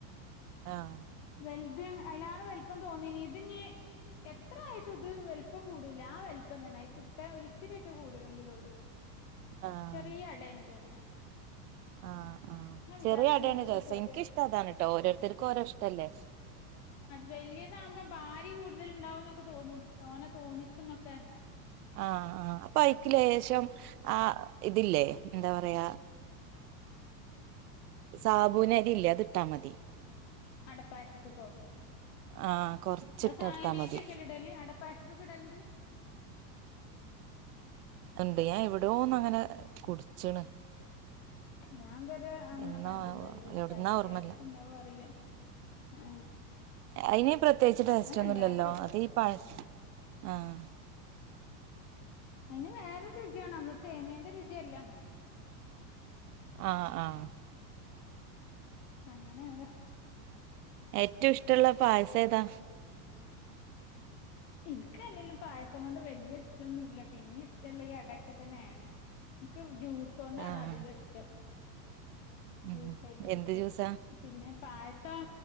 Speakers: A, on the right (about 65°); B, on the left (about 45°).
A: ആഹ്
B: ചെൽത് അയ്ലാറെ വൽപ്പം തോന്നീനി. ഇതിനി എത്ര ആയിട്ടും ഇത് വലുപ്പം കൂടില്ല, ആ വലുപ്പം തന്നെ. അയ്കിട്ട ഒരിത്തിരിയേറ്റെ കൂടീനെങ്കിലൊള്ളു.
A: ആഹ്
B: ചെറിയ അടേയിനി തോന്നണ്
A: ആഹ് ആ
B: വിചാരിച്ചും
A: ചെറിയ അടയാണ്
B: ചെയ്തു ഇത്
A: രസം
B: ചെറിയ
A: ഇൻക്ക് ഇഷ്ടം അതാണ് ട്ടോ ഓരോരുത്തർക്കും ഓരോ ഇഷ്ടല്ലേ
B: വെല്യതാവുമ്പോ വാരി കൂടുതൽ ഉണ്ടാവുംന്നൊക്കെ തോന്നും തോനെ തോന്നിച്ചുംന്നൊക്കെ
A: ആഹ് ആഹ് പ്പയ്ക്ക് ലേഷം ആ ഇതില്ലേ എന്താ പറയാ സാബുനരില്ലേ അതിട്ടാ മതി
B: അടപ്പായസത്ത്ക്കോ
A: ആഹ് കൊറച്ചിട്ടൊടുത്താ
B: അത് സാമിയൊക്കൊക്കല്ലേ
A: മതി
B: ഇടല് അടപ്പായസത്ത്ക്ക് ഇടലിണ്ട്?
A: ഉണ്ട് ഞാൻ എവിടെയോ ഒന്ന് അങ്ങനെ കുടിച്ച്ണ്
B: ഞാൻ ഇത് വരെ അങ്ങനെ
A: എന്നോ
B: കണ്ടില്ല ഞാൻ ചോയിച്ചേ
A: എവിടുന്നാ
B: അയ്ന്റെ
A: ഓർമ്മല്ല
B: ടേസ്റ്റ് ഇണ്ടാവോ അറീല ആ
A: അയിന് പ്രത്യേകിച്ച് ടേസ്റ്റ്
B: അങ്ങനെ
A: ഒന്നുല്ലല്ലോ
B: ഇണ്ടാക്ക
A: അത് ഈ പഴ ആഹ്
B: അയിന് വേറൊരു രുചിയാണ് നമ്മള് സേമിയന്റെ രുചിയല്ല
A: ആഹ് ആഹ്
B: അങ്ങനെയാട
A: ഏറ്റവും ഇഷ്ടം ട്ടുള്ള പായസ ഏതാ?
B: ഇൻക്കല്ലെലും പായസം കൊണ്ട് വല്യ ഇഷ്ടൊന്നുല്ല പിന്നെ ഇഷ്ടമുള്ള ഈ അടൊക്കെ തന്നേണ് ൻക്ക് ജ്യൂസോണ്ടാണ്അധികം
A: ആഹ്
B: ഇഷ്ടം
A: ഉം
B: ജ്യൂസ് ഐറ്റംസ്.
A: എന്ത് ജ്യൂസാ
B: പിന്നെ പായസം